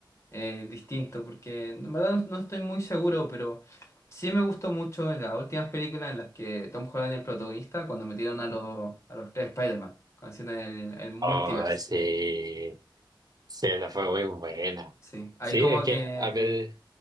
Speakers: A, on the left; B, on the right.
A: eh, distinto, porque en verdad no, no estoy muy seguro, pero sí me gustó mucho en las últimas películas en las que Tom Holland es el protagonista, cuando metieron a los, a los tres Spider-Man, cuando hicieron el, el multiverse.
B: Oh, sí, sí, esa fue muy buena.
A: Sí, ahí
B: Sí,
A: como
B: es que
A: que
B: a ver.